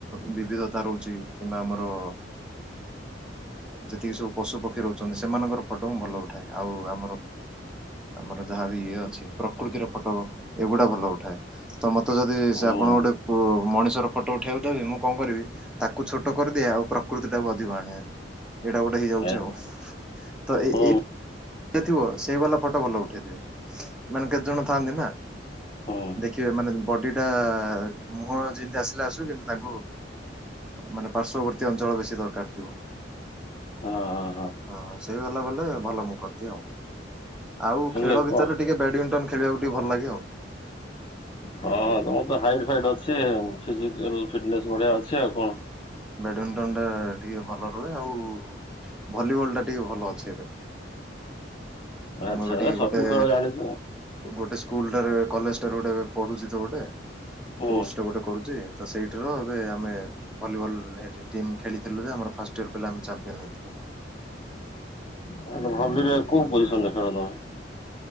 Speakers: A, in the centre; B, on the left.
A: ବିବିଧତା ରହୁଛି କିମ୍ବା ଆମର ଯେତିକି ସବୁ ପଶୁପକ୍ଷୀ ରହୁଛନ୍ତି ସେମାନଙ୍କର ଫଟୋ ମୁଁ ଭଲ ଉଠାଏ। ଆଉ ଆମର ଆମର ଯାହାବି ଇଏ ଅଛି ପ୍ରକୃତିର ଫଟ ଏଗୁଡ଼ା ଭଲ ଉଠାଏ ତ ମୋତେ ଯଦି
B: ହୁଁ
A: ସେ ଆପଣ ଗୋଟେ। ଗୋ ମଣିଷର ଫଟୋ ଉଠେଇବାକୁ ଦେବେ ମୁଁ କଣ କରିବ? ତାକୁ ଛୋଟ କରିଦିଏ ଆଉ ପ୍ରକୃତି ଟାକୁ ଅଧିକ ଆଣେ ହାରି। ଏଇଟା ଗୋଟେ ହେଇଯାଉଛି
B: ଏ-
A: ଆଉ ତ ଏ
B: ହୁଁ
A: ଏ ଥିବ ସେଇ ବାଲା ଫଟୋ ଭଲ ଉଠେଇଦେବି ମାନେ କେତେ ଜଣ ଥାଆନ୍ତି ନା
B: ହୁଁ
A: ଦେଖ ଖିବେ ମାନେ ବଡିଟା ମୁହଁ ଯେମିତି ଆସିଲେ ଆସୁ କିନ୍ତୁ ତାଙ୍କୁ ମାନେ ପାର୍ଶ୍ୱବର୍ତ୍ତୀ ଅଞ୍ଚଳ ବେଶୀ ଦରକାର ଥିବ।
B: ହଁ ହଁ ହଁ।
A: ହଁ ସେଇ ଗଲା ଗଲେ ଭଲ ମୁଁ କରିଦିଏ ଆଉ ଆଉ
B: ହେଲେ
A: ଖେଳ ଭିତରେ
B: କଣ
A: ଟିକେ ବ୍ୟାଡ଼ମିଣ୍ଟନ୍ ଖେଳିବାକୁ ଟିକ ଭଲ ଲାଗେ ଆଉ।
B: ହଁ ତମର ତ ହାଇଟ ଫାଇଟ ଅଛି <unintelligible> ଫଟନେସ୍ ବଢ଼ିଆ ଅଛି ଆଉ କଣ?
A: ବ୍ୟାଡ଼ମିଣ୍ଟନଟା ଟିକେ ଭଲ ରୁହେ ଆଉ ଭଲିବଲ୍ଟା ଟିକେ ଭଲ ଅଛି ଏବେ।
B: ଆଚ୍ଛା
A: ମୁଁ ବି ଟିିକେ
B: ଏ
A: ଗୋଟେ
B: ସବୁ ଖେଳ ଜାଣିଛୁ ଆଉ।
A: ଗୋଟେ ସ୍କୁଲ ଟାରେ କଲେଜ ଟାରେ ଗୋଟେ ପଢୁଛି ତ ଗୋଟେ
B: ହୁଁ
A: କୋର୍ସ ଟା ଗୋଟେ କରୁଛି। ତ ସେଇଠରୁ ଏବେ ଆମେ ଭଲିବଲ ହେଠି ଟିମ୍ ଖେଳିଥିଲୁ ଯେ ଆମର ଫାଷ୍ଟ <unintelligible> ଆମେ ଚାମ୍ପିୟନ୍ ହେ।
B: <unintelligible>